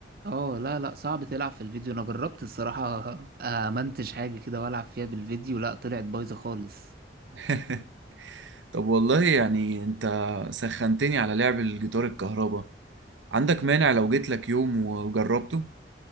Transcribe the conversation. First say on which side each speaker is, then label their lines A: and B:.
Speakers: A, on the right (about 55°); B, on the right (about 85°).
A: اه لا لا صعب تلعب في الفيديو أنا جربت الصراحة أمنتج حاجة كده وألعب فيها بالفيديو لا طلعت بايظة خالص
B: <laughs> طب والله يعني انت سخنتني على لعب الجيتار الكهرباء عندك مانع لو جيت لك يوم وجربته